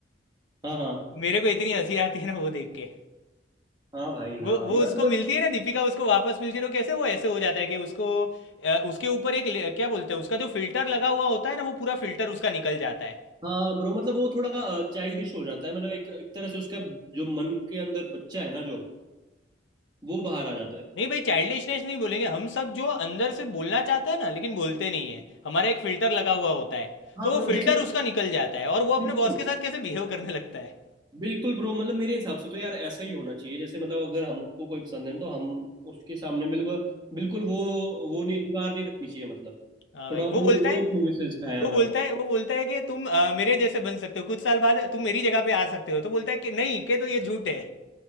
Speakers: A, on the right; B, on the left.
A: हाँ हाँ
B: मेरे को इतनी हंसी आती है ना वो देख के
A: हाँ भाई हाँ
B: वो वो
A: मतलब
B: उसको मिलती है ना दीपिका उसको वापस मिलती है तो कैसे वो ऐसे हो जाता है कि उसको अ, उसके ऊपर एक ले- क्या बोलते हैं उसका जो फिल्टर लगा हुआ होता है ना वो पूरा फिल्टर उसका निकल जाता है
A: हाँ ब्रो मतलब वो थोड़ा चाइल्डिश हो जाता है मतलब एक एक तरह से उसका जो मन के अंदर बच्चा है ना जो वो बाहर आ जाता है
B: नहीं भाई चाइल्डिशनेस नहीं बोलेंगे हम सब जो अंदर से बोलना चाहते हैं ना लेकिन बोलते नहीं है हमारा एक फिल्टर लगा हुआ होता है
A: हाँ
B: तो
A: ब्रो
B: वो फिल्टर
A: जैसे मैं
B: उसका निकल जाता है और वो अपने
A: बिल्कुल
B: बॉस के साथ कैसे बिहेव करने लगता है
A: बिल्कुल ब्रो मतलब मेरे हिसाब से तो यार ऐसा ही होना चाहिए जैसे मतलब अगर हमको कोई पसंद है तो हम उसके सामने बिल्कुल बिल्कुल वो वो नहीं दीवार नहीं रखनी चाहिए मतलब
B: हाँ
A: थोड़ा
B: भाई
A: वो
B: वो बोलता
A: वो
B: है
A: उस मूवी से इंस्पायर है
B: वो
A: हमारे
B: बोलता
A: को
B: है वो बोलता है कि तुम अ, मेरे जैसे बन सकते हो कुछ साल बाद तुम मेरी जगह पे आ सकते हो तो बोलता है कि नहीं के तो ये झूठ है